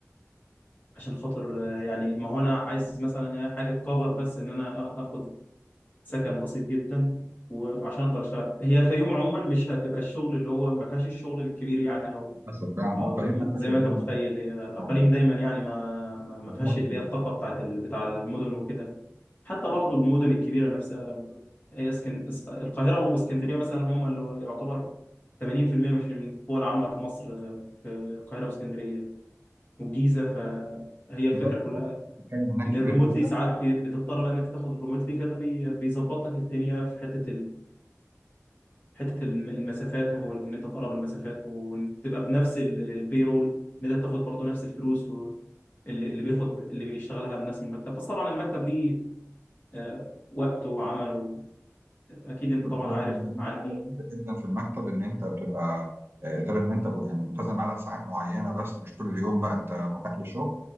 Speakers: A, on the left; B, on the right.
A: عشان خاطر آه، يعني ما هو انا عايز مثلا آه، حاجه تكفر بس ان انا آ- اخد سكن بسيط جدا وعشان اقدر اشتغل هي الفيوم عموما مش هتبقى الشغل اللي هو ما فيهاش الشغل الكبير يعني
B: للاسف فعلا
A: او
B: اه قليل
A: ال-
B: ما فيهاش
A: زي
B: الدنيا
A: ما انت متخيل هي الاقاليم
B: أه،
A: دايما يعني ما ما ما
B: الحكومه
A: فيهاش
B: في
A: اللي
B: الحاجات
A: هي الطاقه
B: دي.
A: بتاعت ال- بتاع المدن وكده حتى برضو المدن الكبيره نفسها هي اسكن... اس- القاهره واسكندريه مثلا هم اللي يعتبر 80% مش من القوى العامله في مصر آه، في القاهره واسكندريه والجيزه فهي الفكره
B: بسبب
A: كلها
B: السكان هناك
A: ان
B: كبير
A: الريموتلي
B: جدا
A: ساعات بي- بتضطر بقى ان انت تاخد الريموتلي فده بي- بيظبط لك الدنيا في حته حته الم- المسافات وان انت تقرب المسافات وتبقى بنفس رول ان انت تاخد برضو نفس الفلوس و- اللي اللي بياخد اللي بيشتغلها الناس من المكتب بس طبعا المكتب ليه آه، وقته وعمله اكيد انت
B: و-
A: طبعا
B: وكمان
A: عارف عني
B: في حاجه كبيرة جدا في المكتب ان انت بتبقى آه، غير ان انت ب- يعني ملتزم بعدد ساعات معينه بس مش طول اليوم بقى انت متاح للشغل